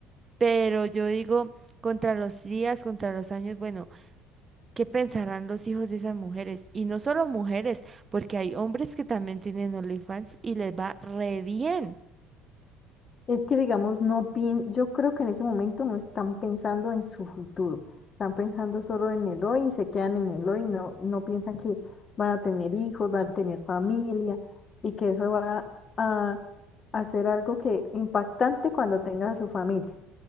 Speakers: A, on the right; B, on the left.
A: Pero yo digo, contra los días, contra los años, bueno, ¿qué pensarán los hijos de esas mujeres? Y no solo mujeres, porque hay hombres que también tienen OnlyFans y les va re bien.
B: Es que, digamos, no pien- yo creo que en ese momento no están pensando en su futuro, están pensando solo en el hoy y se quedan en el hoy, no, no piensan que van a tener hijos, van a tener familia y que eso va a hacer algo que impactante cuando tenga a su familia.